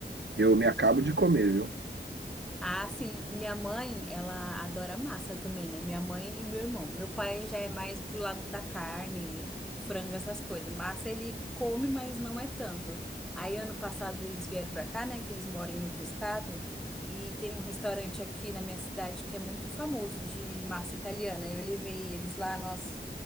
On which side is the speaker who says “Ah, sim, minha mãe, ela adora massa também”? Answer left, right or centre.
Centre